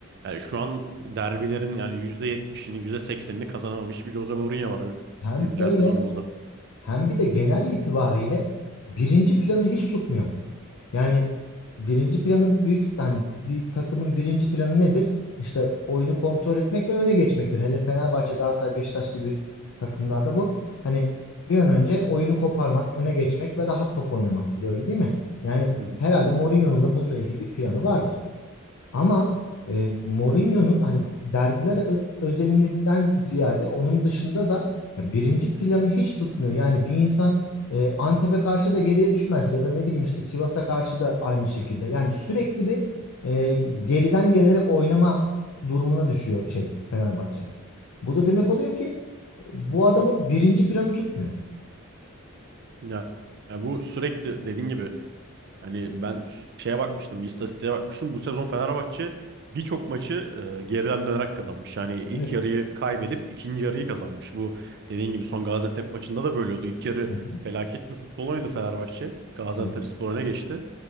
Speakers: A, on the right; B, on the left.
A: Yani şu an derbilerin yani yüzde yetmişini yüzde seksenini kazanamamış bir Jose Mourinho var
B: Hem
A: güncel
B: öyle
A: sezonumuzda.
B: hem bir de genel itibariyle birinci planı hiç tutmuyor. Yani birinci planı büyük hani bir takımın birinci planı nedir? İşte oyunu kontrol etmek ve öne geçmektir. Hele Fenerbahçe, Galatasaray, Beşiktaş gibi takımlarda bu. Hani bir an önce oyunu koparmak, öne geçmek ve rahat top oynamaktır öyle değil mi? Yani
A: Hı hı.
B: herhalde Mourinho'nun da bununla ilgili bir planı vardır. Ama e, Mourinho'nun hani derbiler ö- özelinden ziyade onun dışında da ya birinci planı hiç tutmuyor. Yani bir insan e, Antep'e karşı da geriye düşmez ya da ne bileyim işte Sivas'a karşı da aynı şekilde. Yani sürekli bir e, geriden gelerek oynama durumuna düşüyor şey Fenerbahçe. Bu da demek oluyor ki bu adamın birinci planı tutmuyor.
A: Yani, yani bu sürekli dediğin gibi Hani ben şeye bakmıştım, bir istatistiğe bakmıştım. Bu sezon Fenerbahçe birçok maçı e, geriden dönerek kazanmış. Yani ilk
B: Evet.
A: yarıyı kaybedip ikinci yarıyı kazanmış. Bu dediğin gibi son Gaziantep maçında da böyle oldu. İlk yarı
B: Hı hı.
A: felaket bir futbol oynadı Fenerbahçe. Gaziantep
B: Evet.
A: Spor öne geçti.